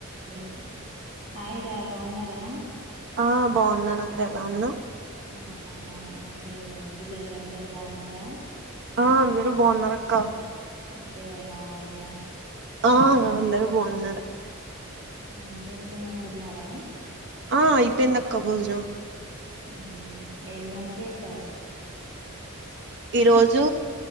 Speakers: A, on the right; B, on the right.
A: Hello hi రా బాగున్నారా
B: ఆ బాగున్నానక్కా ఎలా ఉన్నావ్
A: ఔనా బాగున్నాను మీరు పిల్లలందరు బాగున్నారా
B: ఆ అందరూ బాగున్నారక్కా
A: అత్తయ్య మావయ్యా
B: ఆ అందరు బాగున్నారు
A: ఏం చేస్తున్నావ్ తిన్నారా
B: ఆ ఐపోందక్క భోజనం
A: ఉహు ఏం వంట చేసావ్
B: ఈ రోజు